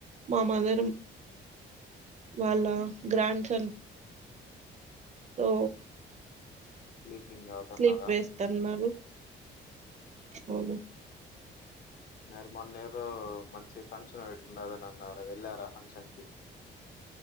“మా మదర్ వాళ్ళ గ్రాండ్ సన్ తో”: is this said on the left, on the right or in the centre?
Right